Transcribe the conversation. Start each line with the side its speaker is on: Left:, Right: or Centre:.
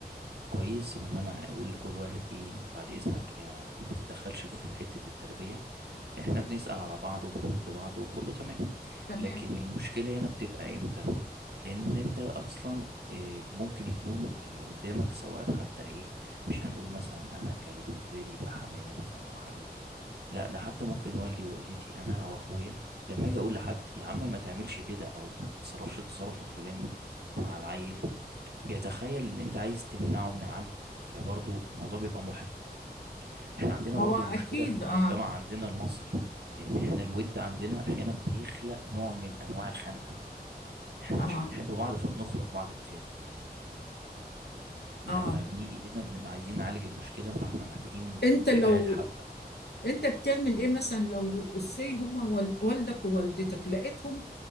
Right: كويس وان انا اقول لكل واحد ايه بعد اذنك آه، ما تتدخلش في حتة التربية احنا بنسأل على بعض وبنود بعض وكله تمام
Left: تمام
Right: لكن المشكلة هنا بتبقى امتى ان انت اصلا آه، ممكن يكون اللي قدامك سواء حتى ايه مش هنقول مثلا انا كبالنسبة لي يبقى حماية مثلا او حماتي لا ده حتى ممكن والدي ووالدتي انا او اخويا لما اجي اقول لحد يا عم ما تعملش كده او ما تتصرفش التصرف الفلاني مع العيل بيتخيل ان انت عايز تمنعه من العيل فبرضه الموضوع بيبقى محرج احنا عندنا
Left: هو
Right: برضه
Left: أكيد
Right: مشكلة في المجتمع
Left: آه
Right: عندنا المصري ان احنا الود عندنا احيانا بيخلق نوع من انواع الخنقة احنا
Left: آه
Right: عشان بنحب بعض فبنخنق بعض بزيادة لما
Left: آه
Right: بنيجي هنا بنبقى عايزين نعالج المشكلة فاحنا محتاجين
Left: أنت لو
Right: نبعد حبة
Left: أنت بتعمل إيه مثلا لو سي هما وال- والدك ووالدتك لقيتهم